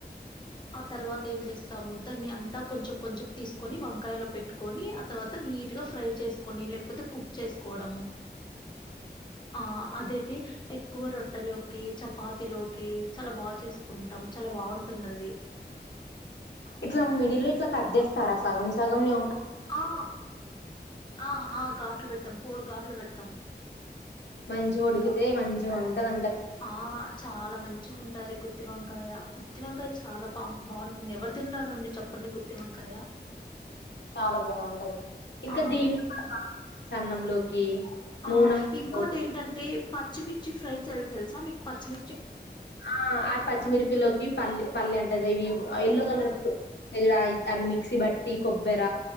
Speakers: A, on the left; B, on the left.
A: ఆ తరువాత ఏం చేస్తాము దాన్ని అంతా కొంచెం కొంచెం తీసుకొని వంకాయలో పెట్టుకొని ఆ తర్వాత నీట్ గా ఫ్రై చేసుకొని లేకపోతే కుక్ చేసుకోవడం ఆ అదేతే ఎక్కువ రొట్టెలోకి చపాతిలోకి చాలా బాగా చేస్త కుంటాం చాలా బాగుంటుంది అది
B: ఇట్లా మిడిల్ లో ఇట్లా కట్ చేస్తారా సగం సగంని
A: ఆ ఆ ఆ ఘాట్లు పెడతాం ఫోర్ ఘాట్లు పెడతాం తం
B: మంచిగ వుడికితే మంచిగా ఉంటది
A: ఆ చాలా మంచిగా ఉంటది గుత్తివంకాయ గుత్తివంకాయ చాలా ఫామ్ బాగుంటుంది ఎవరు తిన్నారండి చెప్పు గుత్తివంకాయ
B: చాలా బాగుంటది ఇంకా
A: ఆ
B: దీనిలో కూడా బాగా అన్నంలోకి
A: ఆ
B: నూనె
A: ఇంకోటి
B: లోకి
A: ఏంటంటే పచ్చిమిర్చి ఫ్రై తెల్ తెలుసా మీకు పచ్చిమిచ్చి
B: ఆ ఆ పచ్చిమిరిపిలోకి పల్లె పల్లె అంటది ఇవి ఎల్లో కలర్
A: ఆ
B: పయి అవి మిక్సీ బట్టి కొబ్బర